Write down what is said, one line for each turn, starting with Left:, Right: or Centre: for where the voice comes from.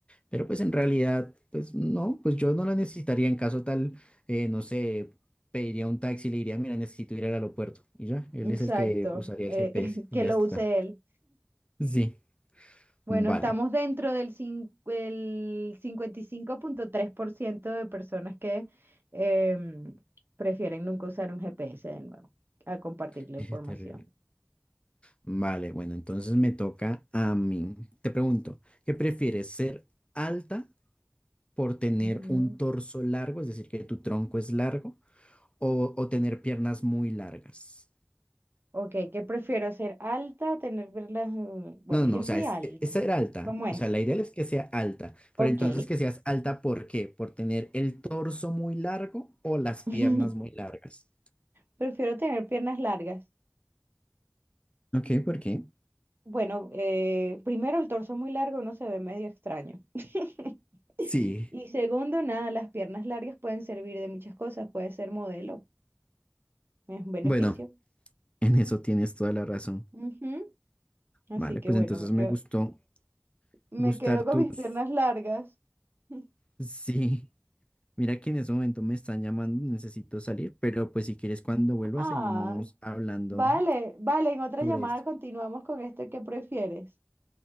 Left: pero pues en realidad, pues no, pues yo no lo necesitaría en caso tal, eh, no sé, pediría un taxi y le diría, mira, necesito ir al aeropuerto y ya, él
Right: exacto,
Left: es el que usaría
Right: eh,
Left: el GPS
Right: <laughs>
Left: y
Right: que
Left: ya
Right: lo
Left: está.
Right: use él.
Left: Sí,
Right: Bueno,
Left: vale,
Right: estamos dentro del cin- el cincuenta y cinco punto tres por ciento de personas que em, prefieren nunca usar un GPS de nuevo a compartir
Left: <laughs>
Right: la información.
Left: terrible. Vale, bueno, entonces me toca a mí. Te pregunto, ¿qué prefieres, ser alta? por tener
Right: Ujú.
Left: un torso largo, es decir, que tu tronco es largo, o, o tener piernas muy largas.
Right: Ok, ¿qué prefiero? ¿Ser alta o tener verlas? Bueno,
Left: No, no, no,
Right: yo
Left: o sea,
Right: soy
Left: es,
Right: alta.
Left: es ser alta.
Right: ¿Cómo es?
Left: O sea, la idea es que sea alta,
Right: Ok.
Left: pero entonces que seas alta, ¿por qué? ¿Por tener el torso muy largo o las piernas
Right: <laughs>
Left: muy largas?
Right: Prefiero tener piernas largas.
Left: Ok, ¿por qué?
Right: Bueno, eh, primero el torso muy largo uno se ve medio extraño. <laughs>
Left: Sí,
Right: Y segundo, nada, las piernas largas pueden servir de muchas cosas, puede ser modelo, es un beneficio.
Left: bueno, en eso tienes toda la razón.
Right: Ujú. Así
Left: Vale,
Right: que
Left: pues
Right: bueno,
Left: entonces
Right: me
Left: me
Right: quedo,
Left: gustó
Right: me
Left: gustar
Right: quedo con
Left: tus...
Right: mis piernas largas. <laughs>
Left: Sí, mira que en ese momento me están llamando, necesito salir, pero pues si quieres cuando vuelva
Right: Ah,
Left: seguimos hablando
Right: vale, vale, en otra
Left: sobre
Right: llamada
Left: esto.
Right: continuamos con este que prefieres.